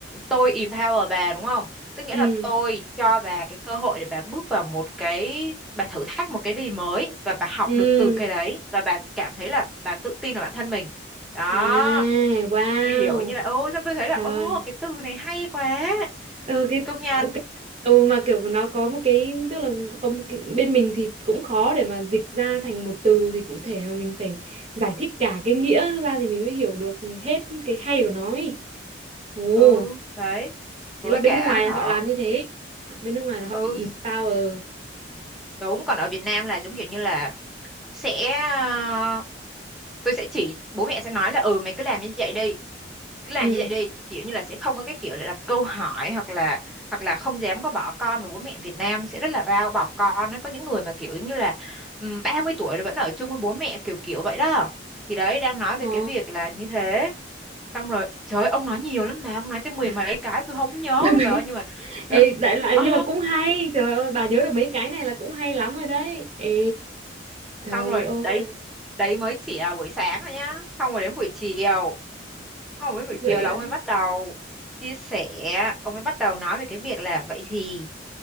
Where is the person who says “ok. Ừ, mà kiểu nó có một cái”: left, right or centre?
Right